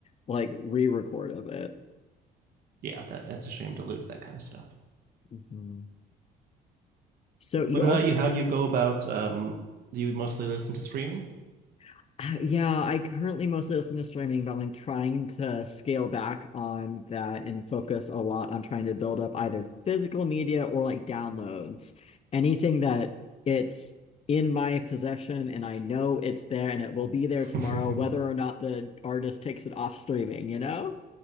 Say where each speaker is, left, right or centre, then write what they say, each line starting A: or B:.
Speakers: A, on the left (about 35°); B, on the right (about 60°).
A: like re-record of it.
B: yeah, that that's a shame to lose that kind of stuff.
A: Mhm. So you
B: What
A: also
B: about you? How do you go about? Um, do you mostly listen to streaming?
A: <sighs> <laughs> Yeah, I currently mostly listen to streaming, but I'm like trying to scale back on that and focus a lot on trying to build up either physical media or like downloads. Anything that it's in my possession and I know it's there and it will be there
B: <laughs>
A: tomorrow, whether or not the artist takes it off streaming, you know?